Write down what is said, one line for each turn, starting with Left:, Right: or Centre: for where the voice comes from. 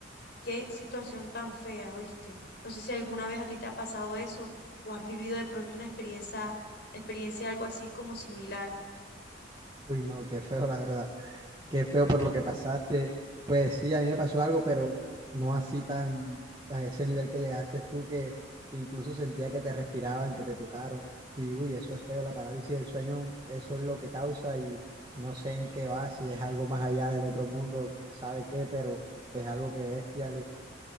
Left: Qué situación tan fea, ¿oíste? No sé si alguna vez a ti te ha pasado eso o has vivido de pronto una experiencia, experiencia algo así como similar.
Right: Uy, no, qué feo, la verdad. Qué feo por lo que pasaste. Pues sí, a mí me pasó algo, pero no así tan a ese nivel que llegaste tú, que incluso sentía que te respiraban, que te tocaron. Y uy, eso es feo, la parálisis del sueño, eso es lo que causa y no sé en qué va, si es algo más allá del otro mundo, quién sabe qué, pero es algo que bestia